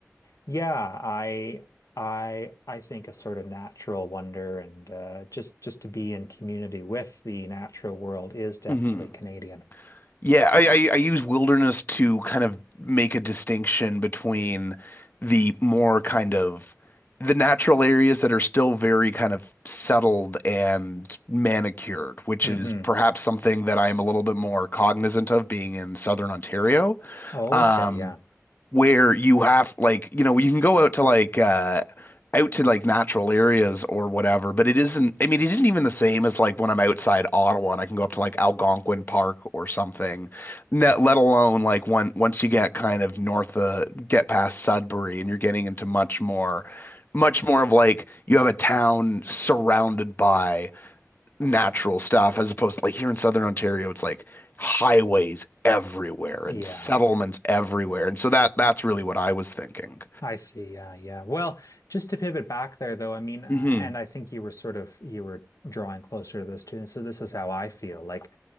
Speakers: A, on the left; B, on the left.
A: yeah, I I I think a sort of natural wonder and uh, just just to be in community with the natural world is definitely
B: hmm
A: Canadian.
B: Yeah, I, I, I use wilderness to kind of make a distinction between the more kind of the natural areas that are still very kind of settled and manicured, which
A: hmm
B: is perhaps something that I am a little bit more cognizant of being in southern Ontario.
A: Okay,
B: Um,
A: yeah,
B: where you have like you know you can go out to like uh out to like natural areas or whatever but it isn't I mean it isn't even the same as like when I'm outside Ottawa and I can go up to like Algonquin Park or something net let alone like when once you get kind of north of get past Sudbury and you're getting into much more much more of like you have a town surrounded by natural stuff as opposed to like here in Southern Ontario, it's like highways everywhere
A: yeah.
B: and settlements everywhere. And so that that's really what I was thinking.
A: I see. Yeah, yeah. Well, just to pivot back there, though, I mean, uh,
B: hmm
A: and I think you were sort of you were drawing closer to this too. And so this is how I feel. Like,